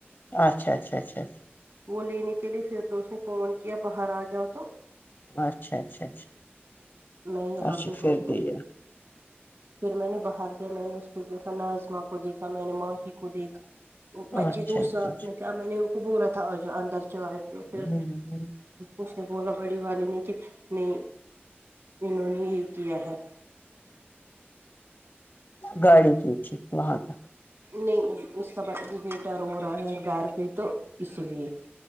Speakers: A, on the left (about 50°); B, on the right (about 80°).
A: اچھا اچا اچھا اچا
B: وہ لینے کے لیے پھر تو اس نے فون کیا باہر آ جاؤ تو
A: اچھا اچھا اچھا
B: میں یہاں
A: اچھا
B: پہ
A: پھر
B: ہوں
A: بھییا
B: تو پھر میں نے باہر گیا میں نے اس پہ دیکھا ناظماں کو دیکھا میں نے ماں ہی کو دیکھا بچے
A: اچھا
B: تو
A: اچھا
B: ساتھ میں کیا میں نے ان کو بولا تھا آج اندر چائے پ
A: اچھا
B: پھر اس نے بولا بڑی والی نے کہ نہیں انہوں نے یہ کیا ہے
A: گاڑی کینچھی وہاں تک
B: نہیں اس کا ب بیٹا رو رہا ہے گھر پہ تو اس لیے